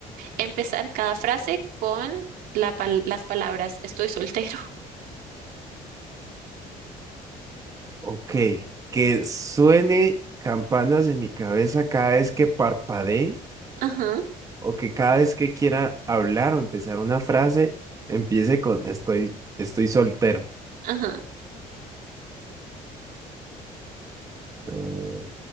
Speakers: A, on the right (about 85°); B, on the right (about 25°).
A: empezar cada frase con la pal- las palabras estoy soltero? <laughs>
B: Ok, que suene campanas en mi cabeza cada vez que parpadee
A: Ajá,
B: o que cada vez que quiera hablar o empezar una frase, empiece con estoy, estoy soltero.
A: ajá.
B: No.